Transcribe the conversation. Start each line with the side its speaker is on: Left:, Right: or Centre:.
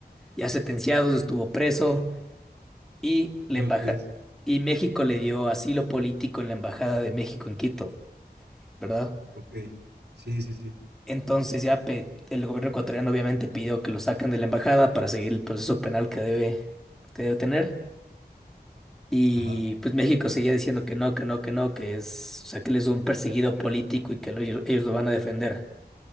Centre: ya sentenciados, estuvo preso y la
Right: ¿cómo
Centre: embaja,
Right: crees?
Centre: y México le dio asilo político en la embajada de México en Quito, ¿verdad?
Right: Ok, sí, sí, sí.
Centre: Entonces ya pe- el gobierno ecuatoriano obviamente pidió que lo saquen de la embajada para seguir el proceso penal que debe, que debe tener. Y
Right: Ajá,
Centre: pues México seguía diciendo que no, que no, que no, que es, o sea, que él es un perseguido político y que lo- ellos lo van a defender.